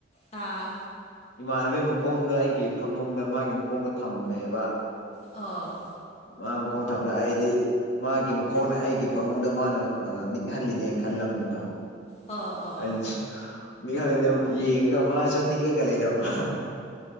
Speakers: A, on the left (about 35°); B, on the left (about 65°).
A: ꯑꯥ
B: ꯏꯃꯥꯟꯅꯕꯒꯤ ꯃꯈꯣꯡꯗ ꯑꯩꯒꯤ ꯐꯃꯨꯡꯗ ꯃꯥꯒꯤ ꯃꯈꯣꯡꯗꯣ ꯊꯝꯃꯦꯕ
A: ꯑ
B: ꯃꯥ ꯑꯃ ꯀꯣꯡ ꯊꯝꯗ ꯑꯩꯗꯤ ꯃꯥꯒꯤ ꯃꯈꯣꯡꯅ ꯑꯩꯒꯤ ꯐꯥꯃꯨꯡꯗ ꯃꯥꯅ ꯅꯤꯛꯍꯜꯂꯤꯅꯦ ꯈꯜꯂꯝꯃꯤꯕ
A: ꯑꯣ ꯑꯣ
B: ꯑꯩ ꯅꯈꯥꯂꯗ ꯌꯦꯡꯒ ꯃꯥꯁꯨ ꯅꯤꯛꯑꯒ ꯂꯩꯔꯝꯕ